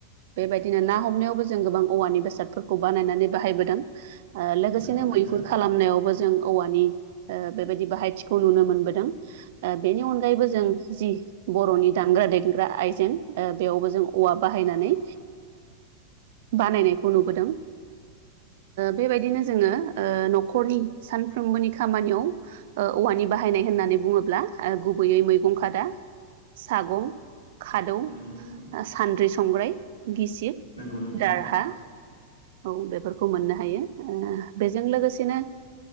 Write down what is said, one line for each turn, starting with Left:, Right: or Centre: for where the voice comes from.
Right: बेबायदिनो ना हमनायावबो जों गोबां औवानि बेसादफोरखौ बानायनानै बाहायबोदों लोगोसेनो
Left: नंगौ नोंथां
Right: मैहुर खालामनायावबो जों औवानि बेबायदि बाहायथिखौ नुनो मोनबोदों। ओ बेनि अनगायैबो जों जि बर'नि दामग्रा -देग्रा आइजें बेयावबो जों औवा बाहायनानै बानायनायखौ नुबोदों। बेबायदिनो जोङो न'खरनि सानफ्रोमबोनि खामानियाव औवानि बाहायनाय होननानै बुङोब्ला गुबैयै मैगं खादा, सागं खादौ,
Left: नंगौ नोंथां
Right: सानद्रि -संग्राय, गिसिब,
Left: नंगौ नोंथां
Right: दारहा औ बेफोरखौ मोननो हायो। बेजों लोगोसेनो